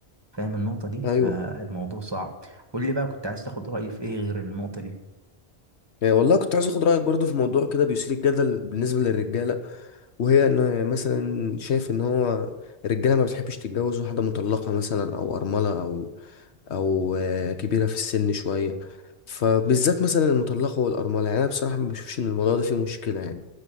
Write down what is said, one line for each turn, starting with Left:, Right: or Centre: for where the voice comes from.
Right: فاهم النقطة دي فالموضوع
Left: ايوه
Right: صعب قول لي بقى كنت عايز تاخد رأيي في ايه غير النقطة دي
Left: يعني والله كنت عايز اخد رأيك برضه في موضوع كده بيثير الجدل بالنسبة للرجالة وهي ان مثلا شايف ان هو الرجاله ما بتحبش تتجوز واحده مطلقه مثلا او ارمله او او آه، كبيره في السن شويه فبالذات مثلا المطلقه والارمله يعني انا بصراحه ما بشوفش ان الموضوع ده فيه مشكله يعني